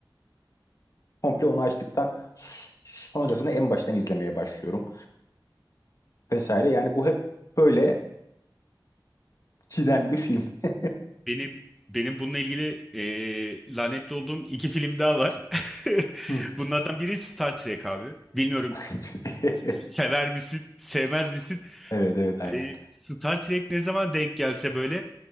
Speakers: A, on the left; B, in the centre.
A: komple onu açtıktan sonrasını en baştan izlemeye başlıyorum vesaire. Yani bu hep böyle giden bir film. <laughs>
B: Benim benim bununla ilgili e, lanetli olduğum iki film daha var. <laughs>
A: Hmm.
B: Bunlardan biri Star Trek abi. Bilmiyorum
A: <laughs>
B: sever misin, sevmez misin?
A: Evet evet aynen.
B: E, Star Trek ne zaman denk gelse böyle